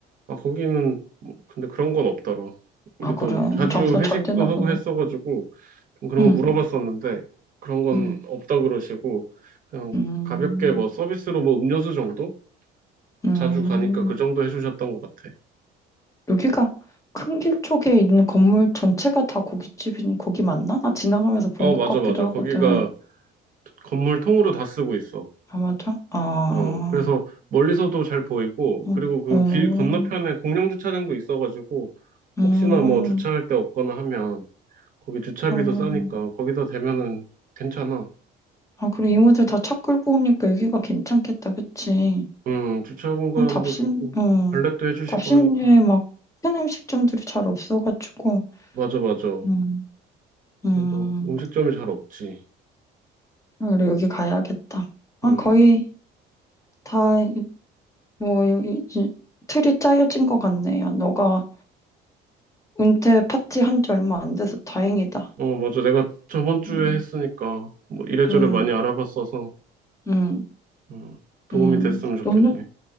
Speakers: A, on the right (about 45°); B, on the left (about 15°).
A: 아, 거기는 뭐, 근데 그런 건 없더라. 우리도
B: 아, 그래.
A: 자주
B: 장사
A: 회식도
B: 잘 되나
A: 하고
B: 보네.
A: 했어가지고 좀 그런
B: 응,
A: 거 물어봤었는데 그런 건
B: 응,
A: 없다 그러시고 그냥
B: 음,
A: 가볍게 뭐 서비스로 뭐 음료수 정도?
B: 음.
A: 자주 가니까 그 정도 해주셨던 것 같아.
B: 여기가 큰길 쪽에 있는 건물 전체가 다 고깃집인 고기 맞나? 나 지나가면서 본
A: 어,
B: 것
A: 맞아,
B: 같기도
A: 맞아.
B: 하거든.
A: 거기가 건물 통으로 다 쓰고 있어.
B: 아, 맞아? 아,
A: 어, 그래서 멀리서도 잘 보이고,
B: 응,
A: 그리고 그
B: 음,
A: 길 건너편에 공영 주차장도 있어가지고,
B: 음,
A: 혹시나 뭐 주차할 데 없거나 하면, 거기 주차비도
B: 어.
A: 싸니까, 거기다 대면은 괜찮아.
B: 아, 그래. 이모들 다 차 끌고 오니까 여기가 괜찮겠다, 그치?
A: 음, 주차 공간도
B: 어, 답심,
A: 좋고,
B: 음,
A: 발렛도 해주시고
B: 답심리에
A: 하니까.
B: 막큰 음식점들이 잘 없어가지고,
A: 맞아, 맞아.
B: 음, 음,
A: 그리고 음식점이 잘 없지.
B: 아, 그래, 여기 가야겠다. 아,
A: 음,
B: 거의 다, 뭐, 여기 이제 틀이 짜여진 것 같네요. 너가 은퇴 파티 한지 얼마 안 돼서 다행이다.
A: 어, 맞아. 내가 저번 주에
B: 음,
A: 했으니까, 뭐 이래저래
B: 음,
A: 많이 알아봤어서,
B: 음,
A: 음, 도움이
B: 음.
A: 됐으면 좋겠네.
B: 너는,